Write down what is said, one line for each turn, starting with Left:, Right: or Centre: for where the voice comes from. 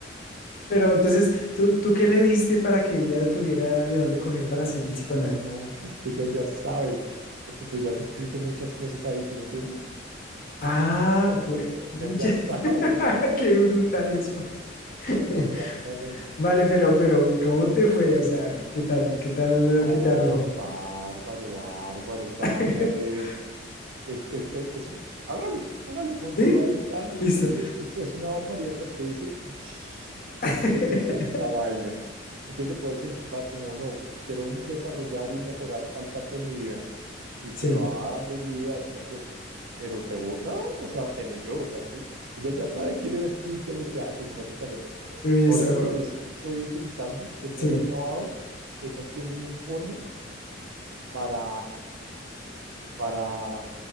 Left: Pero entonces, ¿tú, tú qué le diste para que ella tuviera de dónde coger para hacer el psicoanálisis?
Right: No, es que ella ya sabe, porque tú ya has escrito muchas cosas ahí, ¿sí me entiendes?
Left: Ah, juepucha.
Right: Ella ya sabe.
Left: <laughs> Qué brutal eso. <laughs>
Right: Exactamente.
Left: Vale, pero, pero, ¿cómo te fue? O sea, ¿qué tal? ¿Qué tal
Right: No,
Left: lo que te arrojó?
Right: bárbaro, bárbaro. Esa
Left: <laughs>
Right: vaina es, es, es, es- es un- hágalo, hágalo, pon-
Left: ¿Sí?
Right: ponlo ahí tan,
Left: Listo.
Right: sí, es, es una barbaridad. Usted dice, "Ush,
Left: <laughs>
Right: ¿qué es esta vaina? Entonces lo puedes enfocar como, no, quiero desarrollar y mejorar tal parte de mi vida. y te
Left: Sí.
Right: va dando guías y la cosa. Pero te vota, o sea, te leyó, o sea, te- ella ya sabe quién eres tú y qué es lo que haces, básicamente.
Left: Uy,
Right: Ahora
Left: Eso.
Right: lo que yo estoy utilizando, que no
Left: Sí.
Right: lo he acabado, es haciendo un informe para, para